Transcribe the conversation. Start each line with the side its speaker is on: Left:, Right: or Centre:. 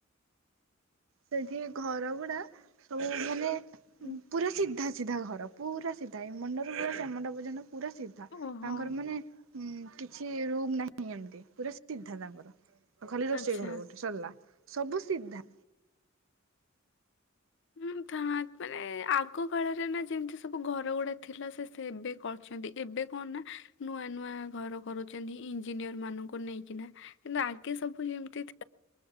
Right: ସେଠି ଘର ଗୁଡା ସବୁ ମାନେ ଉଁ
Left: ହୁଁ,
Right: ପୁରା ସିଧା ସିଧା ଘର। ପୁରା ସିଧା ଏ ମଣ୍ଡରୁ ପୁରା ସେ ମୁଣ୍ଡ ପର୍ଯ୍ୟନ୍ତ ପୁରା ସିଧା
Left: ଓହୋ
Right: ତାଙ୍କର ମାନେ ହୁଁ କିଛି ରୁମ୍ ନାହିଁ ଏମତି ପୁରା ସିଧା ତାଙ୍କର। ଆଉ ଖାଲି ରୋଷେଇ
Left: ଆଚ୍ଛା
Right: ଘର ଗୋଟେ ସରିଲା ସବୁ ସିଧା।
Left: ହୁଁ ଥା ମାନେ ଆଗ କାଳରେ ନା ଯେମିତି ସବୁ ଘର ଗୁଡା ଥିଲା ସେ ସେ ଏବେ କରଛନ୍ତି ଏବେ କଣ ନା ନୂଆ ନୂଆ ଘର କରୁଛନ୍ତି ଇଞ୍ଜିନିୟର ମାନଙ୍କୁ ନେଇକିନା। ନା ଆଗେ ସବୁ ଯେମତି ଥି